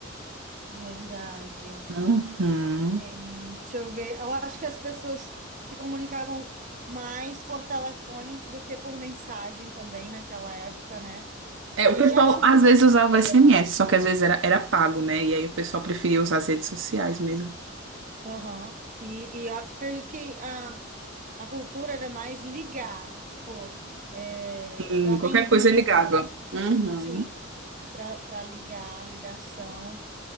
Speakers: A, on the right; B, on the right.
A: verdade.
B: Uhum.
A: É, deixa eu ver. Eu acho que as pessoas se comunicavam mais por telefone do que por mensagem também naquela época, né?
B: É,
A: A
B: o
A: gente
B: pessoal
A: já tinha
B: às
A: esse
B: vezes usava
A: esse celular.
B: o SMS, só que às vezes era, era pago, né? E aí o pessoal preferia usar as redes sociais mesmo.
A: Aham. E, e eu acredito que a, a cultura era mais ligar, tipo, é,
B: Sim,
A: para vender,
B: qualquer coisa ligava.
A: pra,
B: Uhum.
A: sim, para ligar, ligação. O